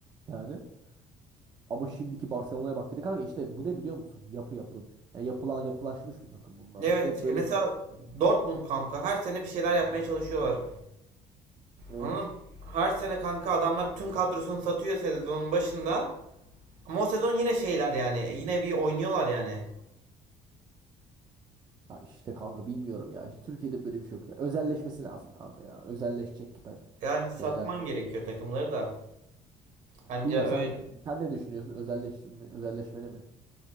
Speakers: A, on the right (about 30°); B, on the right (about 65°).
A: Yani ama şimdiki Barcelona'ya bak. Bir de kanka işte bu ne biliyor musun? Yapı yapı. Ya yapılan yapılaşmış bir takım bunlar.
B: Evet
A: İşte hep
B: e,
A: böyle
B: mesela Dortmund kanka her sene bir şeyler yapmaya çalışıyorlar.
A: evet.
B: Anladım. Her sene kanka adamlar tüm kadrosunu satıyor sezonun başında. Ama o sezon yine şeyler yani. Yine bir oynuyorlar yani.
A: Ya işte kanka bilmiyorum ya. İşte Türkiye'de böyle bir şey yok ya. Özelleşmesi lazım kanka ya. Özelleşecek ki tak
B: Yani satman
A: şeyler.
B: gerekiyor takımları da. Anca
A: Bilmiyorum
B: öyle.
A: sen sen ne düşünüyorsun? Özelleştirme, özelleşmeli mi?